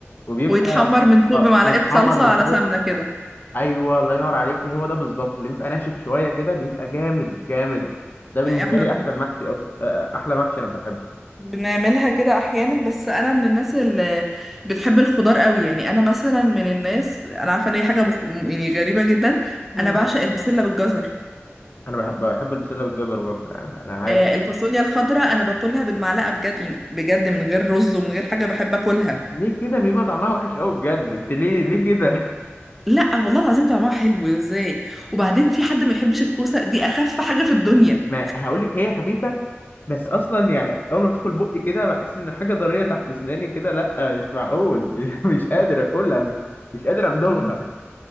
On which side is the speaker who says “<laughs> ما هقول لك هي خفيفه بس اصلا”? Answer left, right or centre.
Left